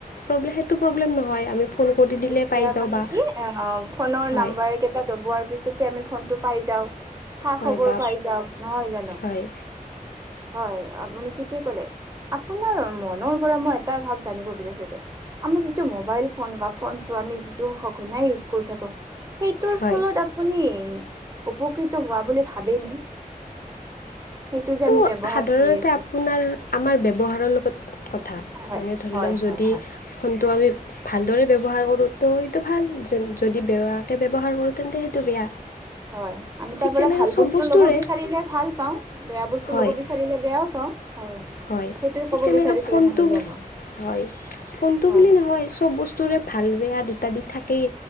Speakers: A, on the left; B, on the right.
A: প্ৰব্লেম সেইটো প্ৰব্লেম নহয় আমি ফোন কৰি দিলে
B: এতিয়া
A: পাই যাওঁ
B: মানে
A: বা
B: কি অ ফোনৰ
A: হয়
B: নাম্বাৰ কেইটা দবোৱাৰ পিছেতে আমি ফনটো পাই যাও খা
A: হয়
B: খবৰ
A: বা
B: পাই যাও নহয় জানো?
A: হয়
B: হয় আপুনি ঠিকে ক'লে। আপোনাৰ মনৰ পৰা মই এটা ভাব জানিব বিচাৰিছো যে আমাৰ যিটো মোবাইল ফোন বা ফোনটো আমি যিটো সঘনাই ইউজ কৰি থাকো সেইটোৰ
A: হয়
B: ফলত আপুনি উপকৃত হোৱা বুলি ভাবে নে সেইটো যে
A: তো
B: আমি ব্যৱহাৰ
A: সাধাৰণতে
B: কৰি আছো
A: আপোনাৰ আমাৰ ব্যৱহাৰৰ লগত কথা
B: হয়
A: মানে ধৰি
B: হয়
A: লওক যদি
B: হয় হয়
A: ফোনটো আমি ভাল পা দৰে ব্যৱহাৰ কৰোঁ তো সেইটো ভাল যেন যদি বেয়াকৈ ব্যৱহাৰ কৰোঁ তেন্তে সেইটো বেয়া।
B: হয় আমি তাৰ
A: ঠিক
B: পৰা
A: তেনেকৈ
B: ভাল
A: চব
B: বস্তু
A: বস্তুৰে
B: লব বিচাৰিলে ভাল পাও। বেয়া বস্তু
A: হয়
B: লব বিচাৰিলে বেয়া পাওঁ। হয়
A: হয়
B: সেইটো ক'ব
A: তেনেকা
B: বিচাৰিছিলে
A: ফোনটো
B: নহয় জানো
A: হয় ফোনটো
B: হয়
A: বুলি নহয় চব বস্তুৰে ভাল বেয়া দু তা দিশ থাকেই